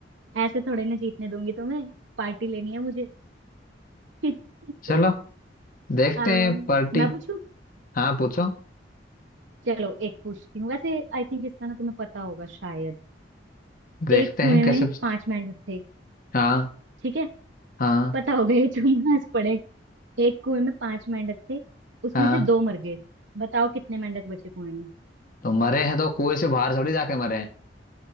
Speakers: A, on the right; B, on the left.
A: ऐसे थोड़े ना जीतने दूंगी तुम्हें पार्टी लेनी है मुझे <laughs>
B: चलो देखते
A: आ,
B: हैं पार्टी
A: मैं पूछूं
B: हाँ पूछो
A: चलो एक पूछती हूँ वैसे आई थिंक इसका ना तुम्हें पता होगा शायद
B: देखते
A: एक कुएं
B: हैं
A: में
B: कैसे
A: पांच मेंढक थे
B: हाँ
A: ठीक है
B: हाँ
A: पता होगा ये तुम आज पढ़े एक कुएं में पांच मेंढक थे उसमें
B: हाँ
A: से दो मर गए बताओ कितने मेंढक बचे कुएं में
B: तो मरे हैं तो कुएं से बाहर थोड़ी जाके मरे हैं